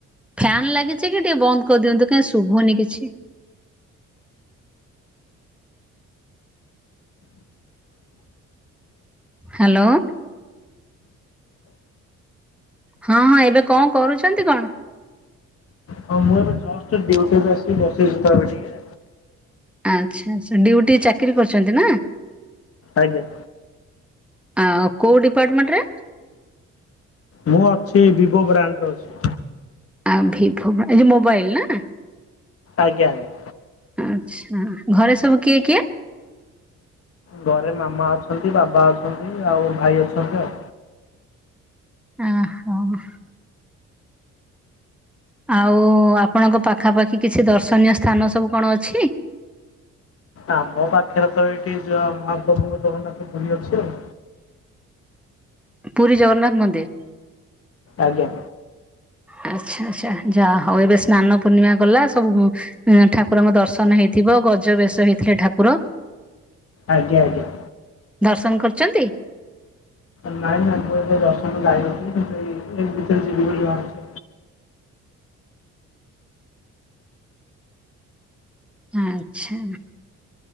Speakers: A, in the centre; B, on the left.
A: ଫ୍ୟାନ୍ ଲାଗିଛି କି ଟିକେ ବନ୍ଦ କରିଦିଅନ୍ତୁ, କାଇଁ ଶୁଭନି କିଛି? ହାଲୋଁ। ହଁ, ହଁ ଏବେ କଁ କରୁଛନ୍ତି କଣ?
B: ହଁ, ମୁଁ ଏବେ ଜଷ୍ଟ ଡ୍ୟୁଟିରୁ ଆସି ବସିଛି ତ ଏବେ ଟିକେ।
A: ଆଚ୍ଛାଁ, ଛାଁ, ଡ୍ୟୁଟି ଚାକିରି କରିଛନ୍ତି ନା?
B: ଆଜ୍ଞା।
A: ଆଁ କୋଉ ଡିପାର୍ଟମେଣ୍ଟ ରେ?
B: ମୁଁ ଅଛି, ବିଭୋ ବ୍ରାଣ୍ଡରେ ଅଛି।
A: ଆ, ଭିଭୋ ବା, ଏ ଯୋ ମୋବାଇଲ୍ ନା!
B: ଆଜ୍ଞା, ଆଜ୍ଞା।
A: ଆଚ୍ଛାଁ, ଘରେ ସବୁ କିଏ କିଏ?
B: ଘରେ ମାମା ଅଛନ୍ତି, ବାବା ଅଛନ୍ତି, ଆଉ ଭାଇ ଅଛନ୍ତି ଆଉ।
A: ଆ ହଁ। ଆଉ-ଉ ଆପଣଙ୍କ ପାଖାପାଖି କିଛି ଦର୍ଶନୀୟ ସ୍ଥାନ ସବୁ କଣ ଅଛି?
B: ଆମ ପାଖରେ ତ ଏଇଠି ଯ ମହାପ୍ରଭୁଙ୍କ ଜଗନ୍ନାଥ ପୁରୀ ଅଛି ଆଉ।
A: ପୁରୀ ଜଗନ୍ନାଥ ମନ୍ଦିର।
B: ଆଜ୍ଞା।
A: ଆଚ୍ଛା, ଆଚ୍ଛା, ଯାହା ହଉ ଏବେ ସ୍ନାନ ପୂର୍ଣ୍ଣିମା ଗଲା। ସବୁ-ଉ ଏଁ ଠାକୁରଙ୍କ ଦର୍ଶନ ହେଇଥିବ। ଗଜ ବେଶ ହେଇଥିଲେ ଠାକୁର।
B: ଆଜ୍ଞା, ଆଜ୍ଞା।
A: ଦର୍ଶନ କରୁଚନ୍ତି?
B: ନାଇଁ, ନାଇଁ, ମୁଁ ଏବେ ଦର୍ଶନ ଯାଇନଥିଲି। କିନ୍ତୁ ଏଇ ଏଇ ଭିତରେ ଯିବି ବୋଲି ବାହାରିଛି।
A: ଆଁଚ୍ଛା।